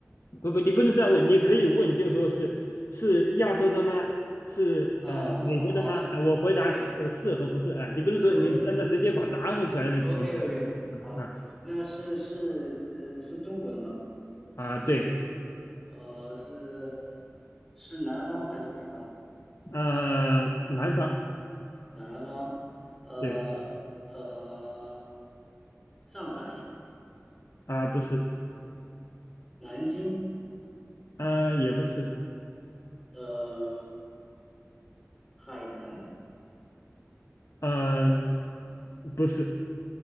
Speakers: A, on the left (about 70°); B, in the centre.
A: 不不，你不能再问，你可以问，就说是是亚洲的吗？是呃美国的吗？
B: 哦哦是，OK
A: 啊，我回答是呃是和不是啊，你不能说你让他直接把答案问出来就不行。
B: OK OK
A: 嗯嗯嗯
B: OK OK，好，那是是呃是中国的吗？
A: 啊，对，
B: 呃是是南方还是北方？
A: 呃，南方，
B: 南方，呃呃，
A: 对
B: 上海、
A: 啊，不是，
B: 南京，
A: 呃，也不是，
B: 呃，海南，
A: 呃，不是，